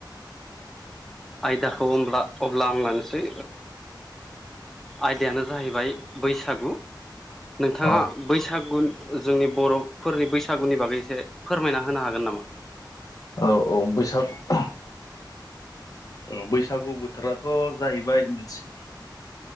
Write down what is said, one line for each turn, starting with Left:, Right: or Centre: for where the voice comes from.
Centre: आयदाखौ होनब्ला अब्ला आं लानोसै आयदायानो जाहैबाय बैसागु नोंथाङा
Left: औ
Centre: बैसागु जोंनि बर'फोरनि बैसागुनि बागै एसे फोरमायना होनो हागोन नामा?
Left: औ औ बैसागु औ बैसागु बोथोरा थ' जाहैबाय मोनसे